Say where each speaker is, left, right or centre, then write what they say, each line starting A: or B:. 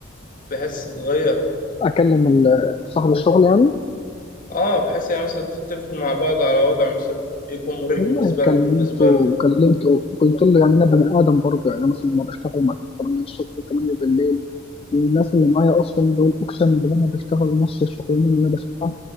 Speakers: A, on the left; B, on the left.
A: بحيث تتغير
B: اكلم ال- صاحب الشغل يعني
A: اه بحيث يعني مثلا تتفقوا مع بعض على وضع مثلا يكون مريح
B: والله
A: بالنسبة لك
B: كلمته
A: وبالنسبة له
B: كلمته قلت له يعني انا بني ادم برضه يعني أنا مثلا لما بشتغل معاك 8 الصبح 8 بالليل الناس اللي معايا اصلا دول اقسم بالله انا بشتغل نص الشغلانه اللي انا بشتغلها